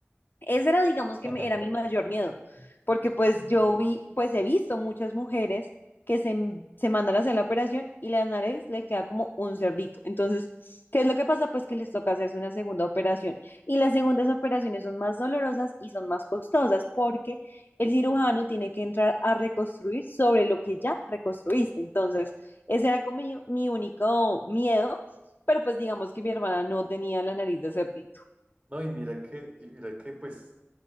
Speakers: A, on the left; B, on the right.
A: Ese era, digamos, que
B: <laughs>
A: me- era mi mayor miedo, porque pues yo vi, pues he visto muchas mujeres que se, m- se mandan a hacer la operación y la nariz le queda como un cerdito. Entonces, ¿qué es lo que pasa? Pues que les toca hacerse una segunda operación. Y las segundas operaciones son más dolorosas y son más costosas porque el cirujano tiene que entrar a reconstruir sobre lo que ya reconstruiste. Entonces, ese era como mi, mi único miedo, pero pues digamos que mi hermana no tenía la nariz de cerdito.
B: No, y mira que, y mira que, pues,